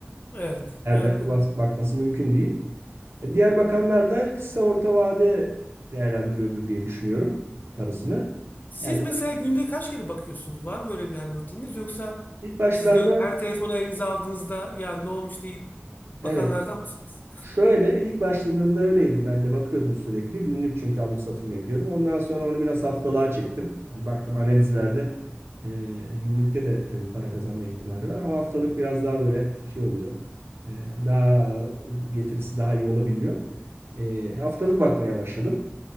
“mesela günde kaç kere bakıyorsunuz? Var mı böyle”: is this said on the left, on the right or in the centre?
Left